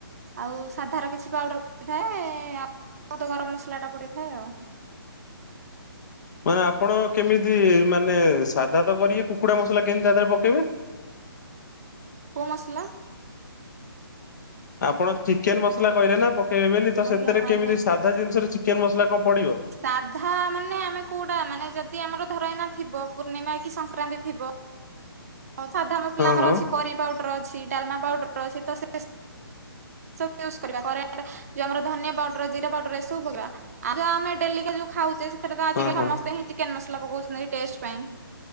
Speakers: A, on the right (about 40°); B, on the left (about 50°).
A: ଆଉ ସାଧାର କିଛି ପାଉଡ଼ର ପଡ଼ିଥାଏ, ଆଉ ତ ଗରମ ମସଲାଟା ପଡ଼ିଥାଏ ଆଉ।
B: ମାନେ ଆପଣ କେମିତି ମାନେ ସାଧା ତ କରିବେ କୁକୁଡା ମସଲା କେମିତି ତା ଦେହରେ ପକେଇବେ।
A: କୋଉ ମସଲା?
B: ଆପଣ ଚିକେନ ମସଲା କହିଲେ ନା ପକେଇବେ ବୋଲି ତ
A: ଆଜ୍ଞା
B: ସେଥିରେ
A: ଆଜ୍ଞା।
B: କେମିତି ସାଧା ଜିନିଷରେ ଚିକେନ ମସଲା କଣ ପଡିବ।
A: ସାଧା ମାନେ ଆମେ କୋଉଟା ମାନେ ଯଦି ଆମର ଧରା ଏଇନା ଥିବ ପୂର୍ଣ୍ଣିମା କି ସଂକ୍ରାନ୍ତି ଥିବ। ତ ସାଧା ମସଲା
B: ହଁ
A: ଆମର
B: ହଁ
A: ଅଛି କରି ପାଉଡର ଅଛି ଡାଲମା ପାଉଡର ଅଛି ତ ସେ ସବୁ ୟୂଜ କରିବା। <unintelligible> ଯୋଉ ଆମର ଧନିଆ ପାଉଡର, ଜିରା ପାଉଡର ଏସବୁ ପକେଇବା। ଆଉ ଯୋଉ ଆମେ ଡେଲି କା ଯୋଉ ଖାଉଛେ ସେଥିରେ ତ ଆଜିକାଲି
B: ହଁ ହଁ
A: ସମସ୍ତେ ହିଁ ଚିକେନ ମସଲା ପକଉଛନ୍ତି ଟେଷ୍ଟ ପାଇଁ।